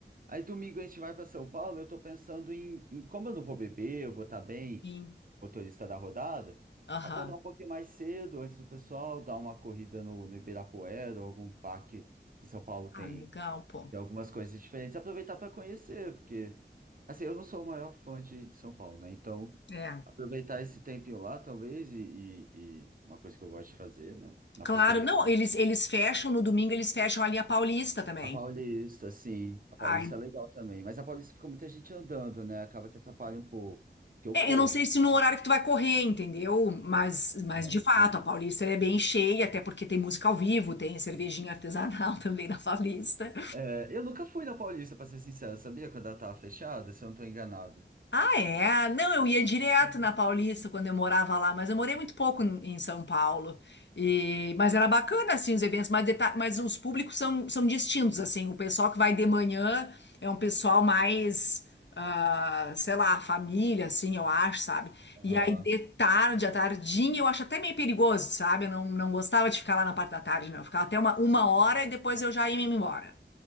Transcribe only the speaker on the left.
Sim.
Aham.
Ah, legal, pô.
É.
Claro,
não, eles, eles fecham no domingo, eles fecham a linha Paulista também.
Ah.
É,
eu não sei se no
horário que tu vai correr, entendeu? Mas, mas
de fato, a Paulista ela é bem cheia, até porque tem música ao vivo, tem cervejinha artesanal <laughs> também na Paulista.
Ah, é? Não, eu ia direto
na Paulista quando eu morava lá, mas eu morei muito pouco em em São Paulo. E, mas era bacana, assim, os eventos, mas, deta- mas os públicos são, são distintos, assim. O pessoal que vai de manhã é um pessoal mais, ah, sei lá, família, assim, eu acho, sabe?
E aí de tarde, à tardinha, eu acho até meio perigoso, sabe? Eu não, não gostava de ficar lá na parte da tarde, não. Eu ficava até uma, uma hora e depois eu já ia me embora.